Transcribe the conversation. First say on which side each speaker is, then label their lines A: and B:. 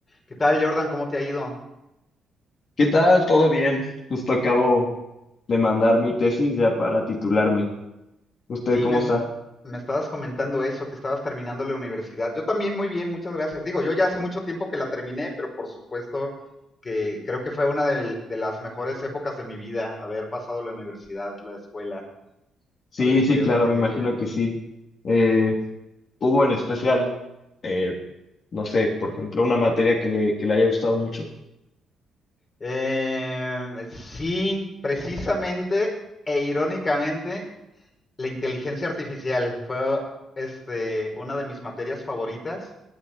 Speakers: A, on the left; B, on the left.
A: ¿Qué tal, Jordan? ¿Cómo te ha ido?
B: ¿Qué tal? ¿Todo bien? Justo acabo de mandar mi tesis ya para titularme. ¿Usted
A: Sí,
B: cómo
A: me,
B: está?
A: me estabas comentando eso, que estabas terminando la universidad. Yo también muy bien, muchas gracias. Digo, yo ya hace mucho tiempo que la terminé, pero por supuesto que creo que fue una del- de las mejores épocas de mi vida, haber pasado la universidad, la escuela,
B: Sí,
A: haber estudiado
B: sí, claro,
A: ingeniería.
B: me imagino que sí. Eh, hubo en especial, eh, no sé, por ejemplo, una materia que le, que le haya gustado mucho.
A: Eh, sí, precisamente e irónicamente, la inteligencia artificial fue este, una de mis materias favoritas.